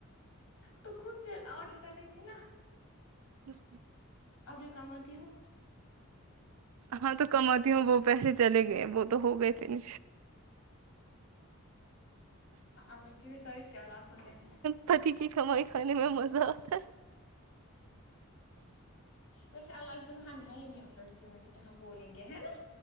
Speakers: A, on the left; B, on the right.
A: تو خود سے آڈر کرنی تھی نا
B: اچا
A: اب جو کماتی ہو
B: ہاں تو کماتی ہوں وہ پیسے چلے گئے وہ تو ہو گئے تھے نے
A: آپ <unintelligible> ساری چالاک ہو تے ہیں
B: پتی کی کمائی کھانے میں مزہ آتا ہے
A: ویسے اللہ کی کسم ہم ہے ہی نہیں ان لڑکیوں میں سے کی ہم بولیں گے ہے نا